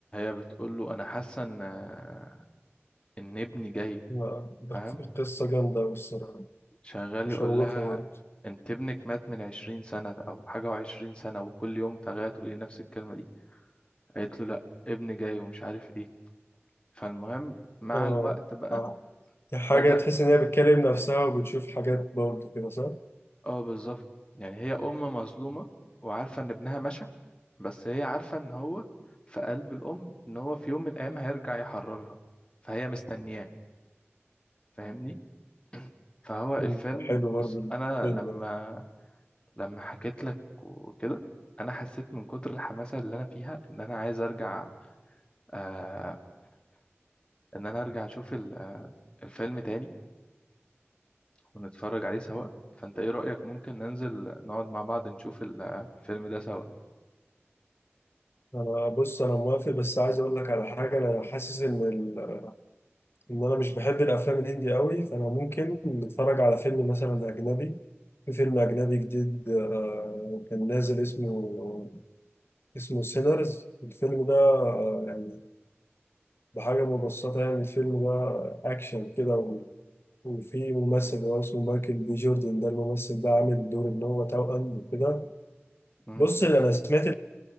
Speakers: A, on the left; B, on the left.
A: بتقول له أنا حاسة إن آه، إن ابني جاي
B: لا، ده
A: فاهم
B: قصه جامده أوي الصراحه
A: شغال
B: مشوقه
A: يقول لها
B: برضه
A: أنت ابنك مات من عشرين سنة أو حاجة وعشرين سنة وكل يوم تغير تقولي نفس الكلمة دي قالت له لأ ابني جاي ومش عارف إيه فالمهم مع
B: اه
A: الوقت بقى
B: آه. دي حاجه
A: بدأ
B: تحس ان هي بتكلم نفسها وبتشوف حاجات برضه كده صح؟
A: اه بالظبط يعني هي ام مظلومه وعارفه ان ابنها مشى بس هي عارفه ان هو في قلب الام ان هو في يوم من الايام هيرجع يحررها فهي مستنياه فاهمني فهو الفيلم
B: مم. ده حلو برضه
A: بس
B: الفيلم
A: انا لما
B: ده
A: لما حكيت لك وكده انا حسيت من كتر الحماسه اللي انا فيها ان انا عايز ارجع آه ان انا ارجع اشوف ال- آه، الفيلم تاني ونتفرج عليه سوا فانت ايه رايك ممكن ننزل نقعد مع بعض نشوف ال- آه، الفيلم ده سوا
B: انا بص انا موافق بس عايز اقول لك على حاجه انا حاسس ان ال... ان انا مش بحب الافلام الهندي قوي فانا ممكن نتفرج على فيلم مثلا اجنبي في فيلم اجنبي جديد آه، كان نازل اسمه اسمه سينرز الفيلم ده آه، يعني بحاجه مبسطه يعني الفيلم ده اكشن كده و... وفي ممثل هو اسمه مايكل بي جوردن ده الممثل ده عامل دور ان هو توأم وكده
A: مم.
B: بص انا سمعت